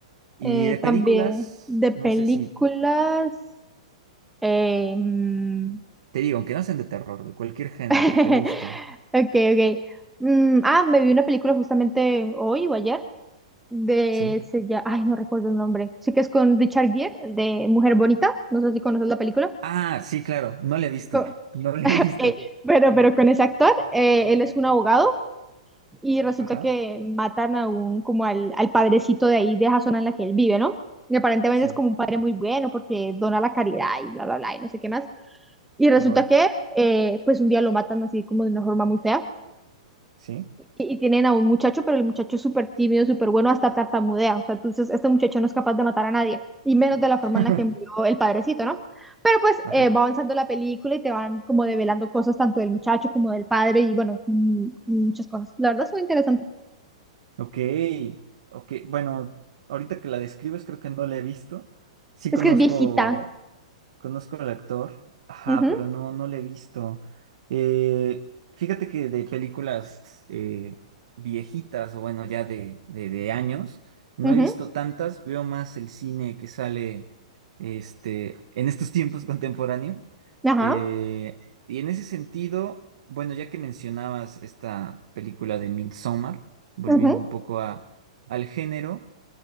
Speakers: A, on the right; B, in the centre.
A: Y
B: Eh,
A: de películas,
B: también de
A: no
B: películas.
A: sé si
B: em,
A: Te digo, aunque no sean de terror, de cualquier género
B: <laughs>
A: que te gusten,
B: Ok, ok. Mm, ah, me vi una película justamente hoy o ayer de
A: ¿sí?
B: se llama- ay, no recuerdo el nombre. Sí que es con Richard Gere de Mujer Bonita. No sé si conoces la película.
A: Ah, sí, claro, no le he visto,
B: Co-
A: no le he visto.
B: <laughs> pero, pero con ese actor, eh, él es un abogado y resulta
A: Ajá,
B: que matan a un como al, al padrecito de ahí de esa zona en la que él vive, ¿no? Y aparentemente
A: sí,
B: es como un padre muy bueno porque dona la caridad y bla bla bla y no sé qué más. Y resulta
A: wow,
B: que eh, pues un día lo matan así como de una forma muy fea.
A: sí,
B: y, y tienen a un muchacho, pero el muchacho es súper tímido, súper bueno, hasta tartamudea. O sea, entonces este muchacho no es capaz de matar a nadie, y menos de la forma
A: <laughs>
B: en la que murió el padrecito, ¿no? Pero pues
A: ajá.
B: eh, va avanzando la película y te van como develando cosas tanto del muchacho como del padre y bueno, mm, muchas cosas. La verdad es muy interesante.
A: Ok, ok, bueno, ahorita que la describes creo que no la he visto. Sí
B: Es
A: conozco
B: que es viejita.
A: Conozco al actor, ajá,
B: Ujú,
A: pero no, no le he visto. Eh, fíjate que de películas eh, viejitas, o bueno, ya de, de, de años, no
B: ujú,
A: he visto tantas, veo más el cine que sale este, en estos <laughs> tiempos contemporáneo.
B: ajá,
A: Eh, y en ese sentido, bueno, ya que mencionabas esta película de Midsommar, volviendo
B: ujú.
A: un poco a, al género.